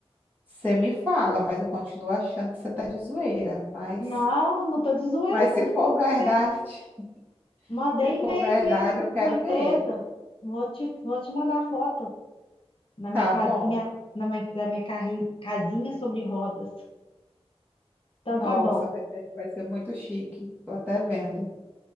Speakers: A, on the left; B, on the left.
A: você me fala, mas eu continuo achando que você tá de zoeira. Mas,
B: Não, não tô de zoeira,
A: mas
B: não,
A: se
B: tô
A: for
B: falando
A: verdade,
B: sério.
A: <laughs>
B: Mandei
A: se for
B: e-mail
A: verdade,
B: mesmo
A: eu
B: para
A: quero
B: uma empresa.
A: ver.
B: Vou te, vou te mandar foto na minha
A: Tá
B: casinha,
A: bom.
B: na minha, da minha carri- casinha sobre rodas. Então
A: Nossa,
B: tá bom.
A: vai ser, vai ser muito chique. Tô até vendo.